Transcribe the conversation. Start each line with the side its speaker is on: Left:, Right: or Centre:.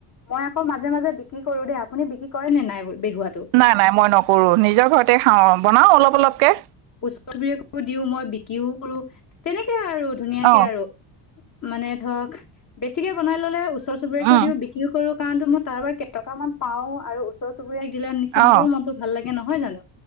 Left: মই আকৌ মাজে মাজে বিক্ৰী কৰো দেই। আপুনি বিক্ৰী কৰে নে নাই? বেহুৱাটো
Right: নাই নাই মই নকৰো নিজৰ ঘৰতে খাওঁ বনাওঁ অলপ অলপকে।
Left: ওচৰ চুবুৰীয়াক দিও মই বিক্ৰীও কৰো তেনেকে আৰু ধুনীয়াকে
Right: অ',
Left: আৰু। মানে ধৰক বেছিকে বনাই ললে ওচৰ চুবুৰীয়াকে
Right: উম,
Left: দিওঁ বিক্ৰীও কৰো কাৰণো মই তাৰ পৰা। টকামান পাও আৰু ওচৰ চুবুৰীয়াক দিলে সিহঁতৰো
Right: অ'।
Left: মনতো ভাল লাগে নহয় জানো?